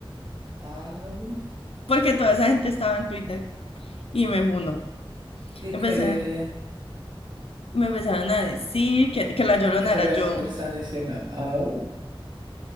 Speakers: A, on the right; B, on the left.
A: Ah,
B: porque toda esa gente estaba en Twitter y me funó.
A: y
B: Empecé,
A: que le
B: me empezaron a decir que, que la Llorona
A: Eso
B: era
A: le iba
B: yo.
A: a decir que le estaban diciendo. Au.